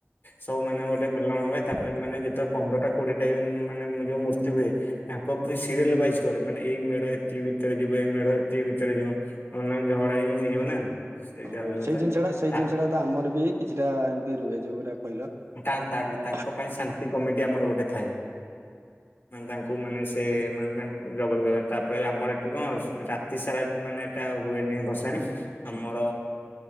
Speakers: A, on the left (about 50°); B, on the right (about 75°).
A: ସବୁ ମାନେ ଗୋଟେ ମଲେଣ ହୁଏ ତାପରେ ମାନେ ଯେତେବେଳେ ପନ୍ଦରଟା କୋଡିଏଟା ମାନେ ଯୋଉ ମୂର୍ତ୍ତି ହୁଏ ତାଙ୍କ <unintelligible> ସିରିଏଲ ୱାଇଜ୍ କରେ ମାନେ ଏଇ ମେଢ ଏତିକି ଭିତରେ ଯିବ ଏଇ ମେଢ ଏତିକି ଭିତରେ ଯିବ ନହେଲେ ନାଇଁ ଝଗଡା ହିଁ ହେଇଯିବ ନା ସେଇଟା
B: ହଁ
A: ହଉଚି
B: ସେଇ
A: କଥା।
B: ଜିନିଷଟା ସେଇ
A: ତା
B: ଜିନିଷଟା ତ ଆମର ବି କିଛିଟା ଏମିତି ରୁହେ ଯୋଉଗୁରା କହିଲ
A: ଉଁ ତା ତା
B: ହଁ
A: ତା ତାଙ୍କ ପାଇଁ ଶାନ୍ତି କମିଟି ଆମର ଗୋଟେ ଥାଏ। ମାନେ ତାଙ୍କୁ ମାନେ ସେ ମାନେ ତା ଜବତ କରିବା ତାପରେ ଆମର ଏଠି କଁ ଶ୍ ରାତି ସାରା ବି ମାନେ ଏଟା ହୁଏନି ଭସାଣି ଆମର